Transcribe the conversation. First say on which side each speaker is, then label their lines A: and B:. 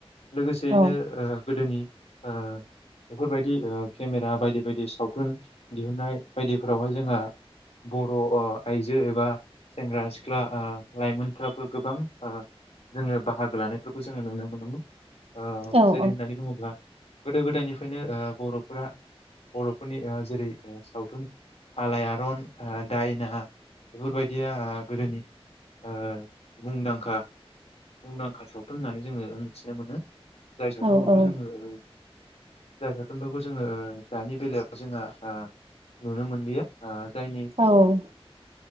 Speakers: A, on the left; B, on the right.
A: लोगोसेयैनो
B: औ
A: ओ गोदोनि ओ बेफोरबायदि ओ केमेरा बायदि बायदि सावथुन दिहुनन्नाय बायदिफोरावहाय जोंहा बर' अ आइजो एबा सेंग्रा सिख्ला ओ लाइमोनफ्राबो गोबां ओ जोङो बाहागो लानायफोरखौ ओ जोङो नुनो मोनोमोन। ओ
B: औ
A: जेरै होननानै बुङोब्ला गोदो गोदायनिफ्रायनो ओ बर'फोरा बर'फोरनि जेरै सावथुन आलायारन ओ दायना बेफोरबायदिया ओ गोदोनि ओ मुंदांखा मुंदांखा सावथुन होननानै जोङो मिथिनो मोनो। जाय सावथुनफोरखौ
B: औ
A: जोङो ओ जाय सावथुनफोरखौ जोङो ओ दानि बेलायाव जोंहा आ नुनो मोनलिया आ जायनि
B: औ औ